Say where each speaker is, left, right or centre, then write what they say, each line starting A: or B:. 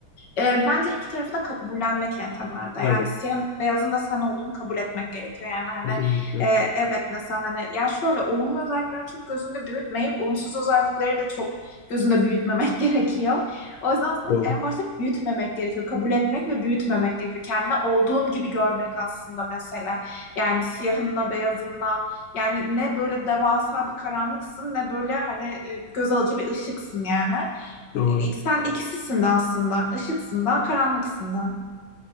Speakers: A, on the left; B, on the left.
A: E, bence iki tarafı da kabullenmek en temelde.
B: Evet,
A: Yani siyahın da beyazın da sen olduğunu kabul etmek gerekiyor. Yani hani
B: kesinlikle.
A: e, evet mesela hani ya şöyle olumlu özellikleri çok gözünde büyütmeyip olumsuz özellikleri de çok gözünde büyütmemek <laughs> gerekiyor. O yüzden aslında
B: Doğru,
A: en başta büyütmemek gerekiyor. Kabul etmek ve büyütmemek gerekiyor. Kendini olduğun gibi görmek aslında mesela. Yani siyahınla beyazınla yani ne böyle devasa bir karanlıksın ne böyle hani e, göz alıcı bir ışıksın yani.
B: doğru,
A: İ- Sen ikisisin de aslında. Işıksın da karanlıksın da.